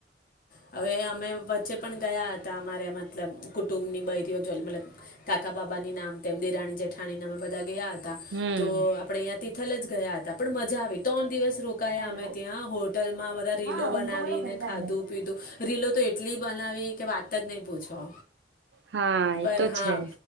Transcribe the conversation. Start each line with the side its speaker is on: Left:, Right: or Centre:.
Left: હવે અમે વચ્ચે પણ ગયા હતા અમારે મતલબ કુટુંબ ની બૈરીઓ મતલબ, કાકા બાબાની નામ તેમ દ રાણી જેઠાણી અમે બધા ગયા હતા.
Right: હમ
Left: તો આપણેે અ તિથલ જ ગયા હતા, પણ મજા આવી. તણ દિવસ રોકાયા
Right: હલો
Left: અમે ત્યાં હોટલમાં, બધા રીલો
Right: હા
Left: બનાવી,
Right: ઉનકો બોલો ઘર
Left: ને
Right: પે
Left: ખાધું
Right: આ જાય
Left: રીલો તો એટલી બનાવી કે વાત જ નહીં પૂછો.
Right: હા
Left: પર
Right: એતો
Left: હા
Right: છે.